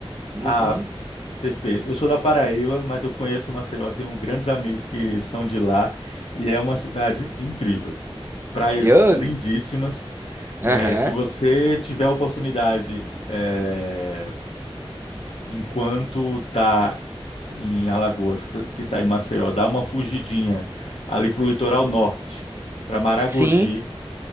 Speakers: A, on the right (about 25°); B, on the left (about 75°).
A: Uhum.
B: Ah, Perfeito. Eu sou da Paraíba, mas eu conheço Maceió, tenho grandes amigos que são de lá e é uma cidade incrível. Praias
A: Eu,
B: lindíssimas.
A: aham.
B: Eh, se você tiver a oportunidade, eh, enquanto está em Alagoas, que está em Maceió, dá uma fugidinha ali para o litoral norte, para Maragogi.
A: Sim,